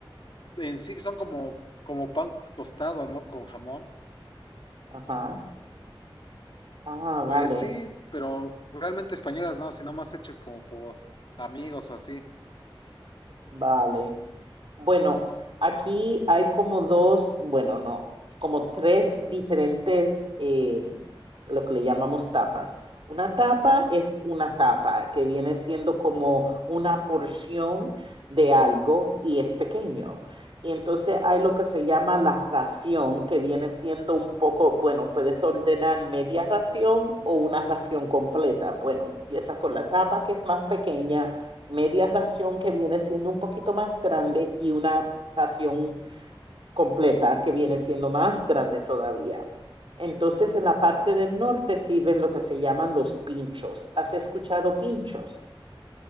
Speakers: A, on the left; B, on the right.
A: en sí son como, como pan tostado, ¿no? Con jamón.
B: Ajá. Ah,
A: Pues
B: vale,
A: sí, pero realmente españolas no, sino más hechos como por amigos o así.
B: vale. Bueno, aquí hay como dos, bueno, no, es como tres diferentes, eh, lo que le llamamos tapas. Una tapa es una tapa que viene siendo como una porción de algo y es pequeño. Y entonces hay lo que se llama la ración, que viene siendo un poco, bueno, puedes ordenar media ración o una ración completa. Bueno, empieza con la tapa que es más pequeña media ración que viene siendo un poquito más grande y una ración completa que viene siendo más grande todavía. Entonces, en la parte del norte sirven lo que se llaman los pinchos. ¿Has escuchado pinchos?